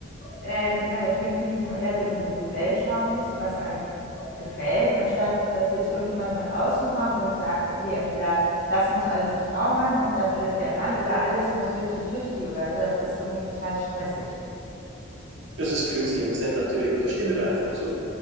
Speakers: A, on the left; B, on the right.
A: Ähm, ja, deswegen finde ich, dass man eher so individuell schauen muss, was einem gefällt, anstatt dass jetzt irgendjemand von außen kommt und sagt, okay, entweder das muss alles die Frau machen und das alles der Mann oder alles muss fifty-fifty oder so. Das ist irgendwie total stressig.
B: Das ist künstlich und das ist nicht natürlich und da stimmen wir da einfach zu.